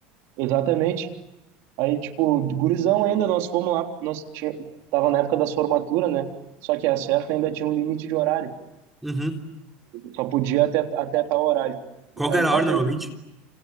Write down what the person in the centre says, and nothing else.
Uhum.
Qual
que era
a hora
normalmente?